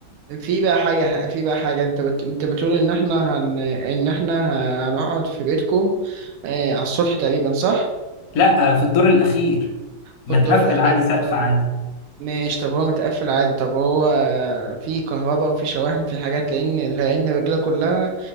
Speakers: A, on the right (about 80°); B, on the left (about 65°).
A: في بقى حاجة في بقى حاجة انت بت... انت بتقول ان احنا هن... ان احنا ه- هنقعد في بيتكم آه على السطح تقريبا صح؟
B: لا في الدور الأخير متقفل
A: في الدور الأخير
B: عادي سقف
A: طب
B: عادي
A: ماشي طب هو متقفل عادي طب هو في كهرباء وفي شواحن في حاجات لأن لأن الرجالة كلها